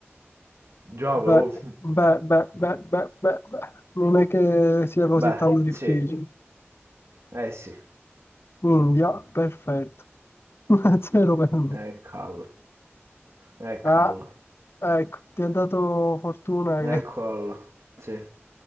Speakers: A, on the right; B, on the left.
A: Già avevo.
B: Beh, beh, beh, beh, beh, beh, beh. Non è che sia così
A: Beh,
B: tanto difficile.
A: sì. Eh sì.
B: India, perfetto. <laughs> Zero per me.
A: Eccolo. Eccolo.
B: Ah, ecco, ti ha dato fortuna
A: Eccolo. Sì.